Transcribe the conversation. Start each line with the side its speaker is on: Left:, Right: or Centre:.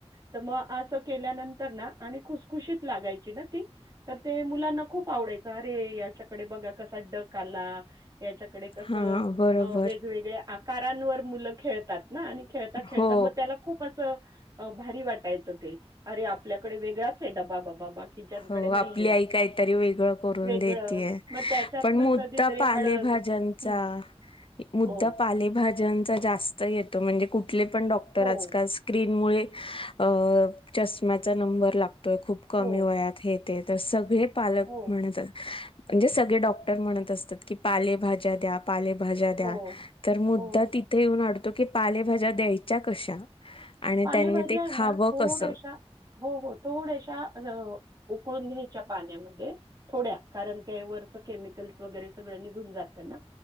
Right: तर मग असं केल्यानंतर ना आणि खुसखुशीत लागायची ना ती. तर ते मुलांना खूप आवडायचं. अरे याच्याकडे बघा कसा डक आला. याच्याकडे कसं
Left: हा बरोबर
Right: वेगवेगळ्या आकारांवर मुलं खेळतात. आणि खेळता खेळता
Left: हो.
Right: मग त्याला खूप असं भारी वाटायचं ते. अरे आपल्याकडे वेगळाच आहे डबा बाबा किचनकडे
Left: हो
Right: नाहीये.
Left: आपली आई काहीतरी वेगळं करून
Right: वेगळं.
Left: देतेय.
Right: मग त्याच्यातनं
Left: पण मुद्दा
Right: कधीतरी
Left: पालेभाज्यांचा
Right: हळद हं.
Left: मुद्दा
Right: हो,
Left: पालेभाज्यांचा जास्त येतो. म्हणजे, कुठले पण डॉक्टर
Right: हो,
Left: आजकाल स्क्रीन मुळे अ चष्म्याचा नंबर लागतोय खूप कमी
Right: हो,
Left: वयात हे सगळे पालक
Right: हो,
Left: म्हणतात म्हणजे सग डॉक्टर म्हणत असतात. की पालेभाज्या द्या पालेभा ज्या द्या.
Right: हो,
Left: तर मुद्दा
Right: हो.
Left: तिथे येऊन अडतो की पालेभाज्या द्यायच्या कशा. आणि
Right: पालेभाज्या
Left: त्यांनी ते
Right: आहे
Left: खावं
Right: ना थोड्याशा
Left: कस?
Right: हो हो थोड्याशा उकळून घ्यायच्या पाण्यामध्ये थोड्या कारण क वरच केमिकल्स वगैरे सगळं निघून जातं ना.